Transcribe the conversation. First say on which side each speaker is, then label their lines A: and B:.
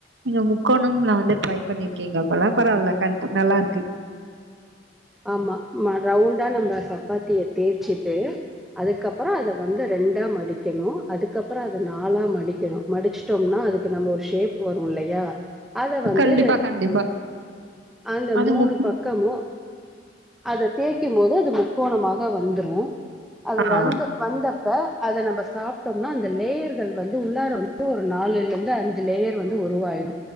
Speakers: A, on the right; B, in the centre.
A: நீங்க முக்கோணம்ல வந்து ட்ரை பண்ணி ருக்கிங்க போல பரவால்ல கண்ட் நல்லாருக்கு
B: ஆமா ரவுண்டா நம்ப சப்பாத்திய தேச்சிட்டு அதுக்கப்றோ அத வந்து ரெண்டா மடிக்கணு அதுக்கப்றோ அது நாலா மடிக்கணு மடிச்சிட்டோம்னா அதுக்கு நம்ப ஒரு ஷேப் வரு இல்லையா அத வந்து
A: கண்டிப்பா கண்டிப்பா
B: அந்த
A: அது முக்
B: பக்கமு அத தேய்க்கும் போது அது முக்கோணமாக வந்துரு அது
A: ஆ
B: வந்து வந்தப்ப அத நம்ம சாப்ட்டோம்னா அந்த லேயர்கள் வந்து உள்ளார வந்து ஒரு நாலுல இருந்து அஞ் சு லேயர் வந்து உருவாயிடு